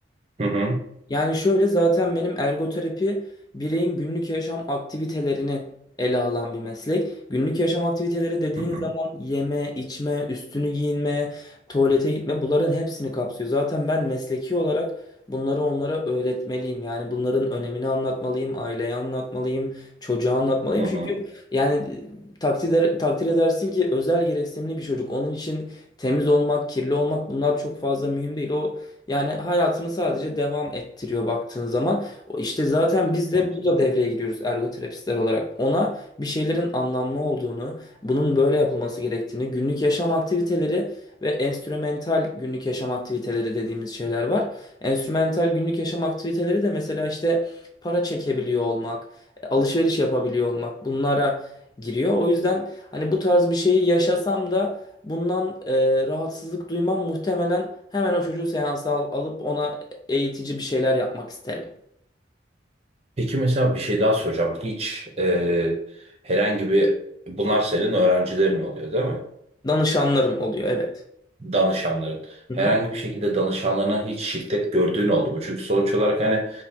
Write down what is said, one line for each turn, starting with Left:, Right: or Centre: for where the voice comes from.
Right: Hı hı.
Left: Yani şöyle zaten benim ergoterapi bireyin günlük yaşam aktivitelerini ele alan bir meslek. Günlük yaşam aktiviteleri dediğin
Right: Hı hı.
Left: zaman yeme, içme, üstünü giyinme, tuvalete gitme bunların hepsini kapsıyor. Zaten ben mesleki olarak bunları onlara öğretmeliyim. Yani bunların önemini anlatmalıyım, aileye anlatmalıyım, çocuğa anlatmalıyım.
Right: Hı
Left: Çünkü
Right: hı.
Left: yani takdir, takdir edersin ki özel gereksinimli bir çocuk. Onun için temiz olmak, kirli olmak bunlar çok fazla mühim değil. O yani hayatını sadece devam ettiriyor baktığın zaman. O İşte zaten biz de
Right: hı hı.
Left: burada devreye giriyoruz ergoterapistler olarak. Ona bir şeylerin anlamlı olduğunu, bunun böyle yapılması gerektiğini, günlük yaşam aktiviteleri ve enstrümental günlük yaşam aktiviteleri dediğimiz şeyler var. Enstrümental günlük yaşam aktiviteleri de mesela işte para çekebiliyor olmak, e, alışveriş yapabiliyor olmak bunlara giriyor. O yüzden hani bu tarz bir şeyi yaşasam da Bundan e, rahatsızlık duymam muhtemelen hemen o çocuğu seansa al- alıp ona eğitici bir şeyler yapmak isterim.
Right: Peki mesela bir şey daha soracağım. Hiç e, herhangi bir bunlar senin öğrencilerin oluyor değil mi?
Left: Danışanlarım oluyor evet.
Right: danışanların.
Left: Hı
Right: Herhangi
Left: hı.
Right: bir şekilde danışanlarına hiç şiddet gördüğün oldu mu? Çünkü sonuç olarak hani